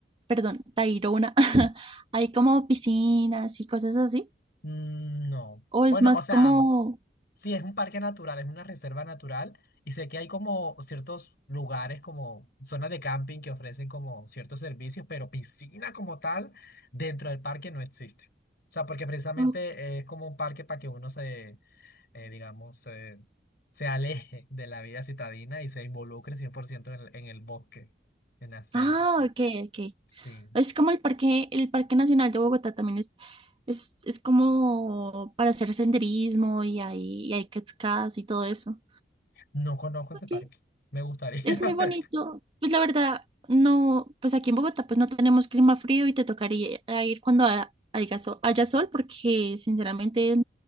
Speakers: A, on the right; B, on the left.
A: perdón, Tayrona, <laughs> hay como piscinas y cosas así,
B: Mm, No.
A: o
B: Bueno,
A: es más
B: o sea.
A: como...
B: Sí, es un parque natural, es una reserva natural y sé que hay como ciertos lugares, como zonas de camping que ofrecen como ciertos servicios, pero piscina como tal dentro del parque no existe. O sea, porque precisamente
A: Ok.
B: es como un parque para que uno se, eh, digamos, se, se aleje de la vida citadina y se involucre 100% en el, en el bosque, en la selva.
A: Ah, ok, ok.
B: Sí,
A: Es como el parque, el Parque Nacional de Bogotá también es, es, es como para hacer senderismo y hay, y hay cascadas y todo eso.
B: no conozco ese
A: Ok.
B: parque. Me gustaría. <laughs>
A: Es muy bonito. Pues la verdad, no, pues aquí en Bogotá pues no tenemos clima frío y te tocaría ir cuando ha- haya, sol, haya sol porque sinceramente